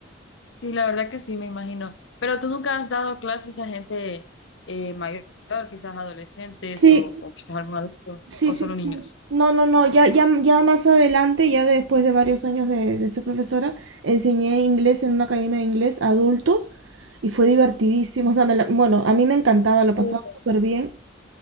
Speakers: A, on the left (about 70°); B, on the right (about 75°).
A: Sí, la verdad que sí, me imagino. Pero tú nunca has dado clases a gente eh, mayor, quizás adolescentes
B: Sí,
A: o, o quizás algún adulto,
B: Sí,
A: o
B: sí,
A: solo
B: sí.
A: niños.
B: No, no, no, ya, ya, ya más adelante, ya después de varios años de, de ser profesora, enseñé inglés en una academia de inglés a adultos y fue divertidísimo. O sea, me la- bueno, a mí me encantaba, lo pasaba
A: Sí.
B: súper bien.